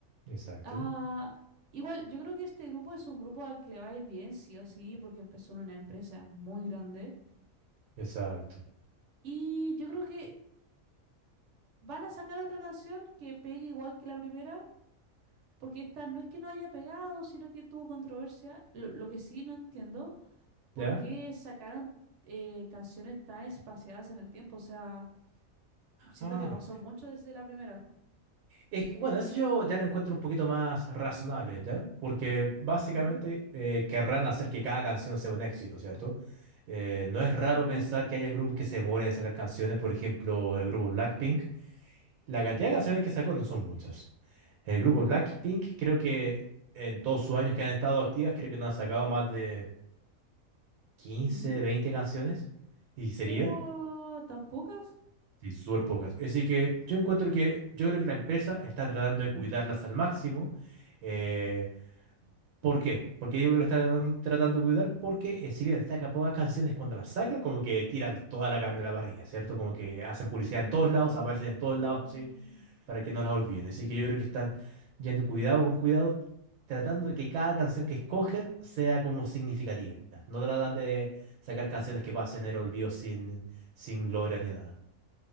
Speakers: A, on the right (about 90°); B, on the right (about 65°).
A: Exacto,
B: Ah, igual, yo creo que este grupo es un grupo al que le va a ir bien, sí o sí, porque empezó en una empresa muy grande.
A: exacto.
B: Y yo creo que van a sacar otra canción que pegue igual que la primera, porque esta no es que no haya pegado, sino que tuvo controversia. Lo, lo que sí no entiendo, ¿por
A: ¿Ya?
B: qué sacaron eh, canciones tan espaciadas en el tiempo? O sea, siento
A: Ah.
B: que pasó mucho desde la primera.
A: Es que, bueno, eso yo ya lo encuentro un poquito más razonable, ¿ya? Porque básicamente
B: Ujú.
A: eh, querrán hacer que cada canción sea un éxito, ¿cierto? Eh, no es raro
B: Mm,
A: pensar que hayan grupos que se demoren en sacar canciones, por ejemplo, el grupo Blackpink. La cantidad de canciones que sacó no son muchas. El
B: no.
A: grupo Blackpink creo que en todos sus años que han estado activas, creo que no han sacado más de quince,
B: Ujú.
A: 20 canciones. ¿Y sería?
B: Ua, ¿tan pocas?
A: Sí, súper pocas. Así que yo encuentro que, yo creo que la empresa está tratando de cuidarlas al máximo. Eh, ¿por qué? Porque digo que la están tratando de cuidar porque eh, si bien saca pocas canciones, cuando las saca como que tiran toda la carne a la parrilla, ¿cierto? Como que hacen publicidad
B: Mm.
A: en todos lados, aparecen en todos lados, así, para que no las olviden. Así que yo creo que están yendo cuidado con cuidado, tratando de que cada canción que escogen sea como significativa. No tratan de sacar canciones que pasen el olvido sin, sin gloria ni nada.